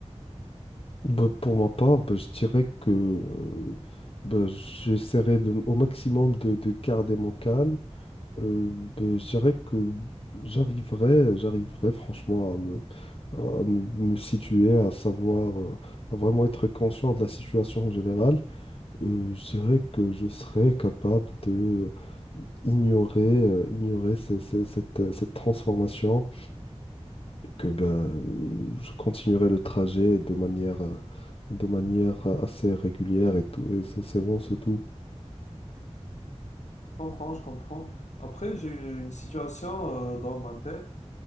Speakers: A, on the left; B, on the left.
A: Ben, pour ma part, ben, je dirais que euh, ben, j'essaierai de- au maximum de, de garder mon calme Euh, ben, je dirais que j'arriverais, j'arriverais franchement à me, à me, me situer, à savoir, euh, à vraiment être conscient de la situation en général. Euh, je dirais que je serais capable de ignorer, euh, ignorer ces- ces- cette, euh, cette transformation et que ben, euh, je continuerai le trajet de manière, euh, de manière assez régulière et tout. Et c'est c'est bon, c'est tout.
B: je comprends, je comprends. Après, j'ai eu une situation euh, dans ma tête.